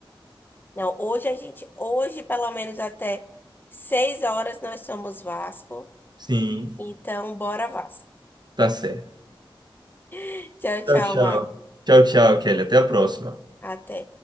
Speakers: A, on the left; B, on the right.
A: Não, hoje a gente, hoje pelo menos até 6 horas nós somos Vasco.
B: Sim,
A: Então, bora Vasco.
B: tá certo.
A: <laughs> Tchau,
B: Tchau,
A: tchau,
B: tchau.
A: Mar.
B: Tchau, tchau, Kelly. Até a próxima.
A: Até.